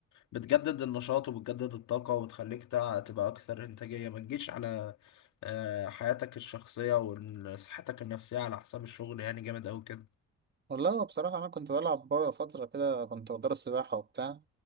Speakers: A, on the left; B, on the right.
A: بتجدد النشاط وبتجدد الطاقة وتخليك تع- تبقى اكثر انتاجية ما تجيش على آه، حياتك الشخصية وصحتك النفسية على حساب الشغل يعني جامد اوي كده
B: والله هو بصراحة أنا كنت بلعب بره فترة كده كنت بدرب سباحة وبتاع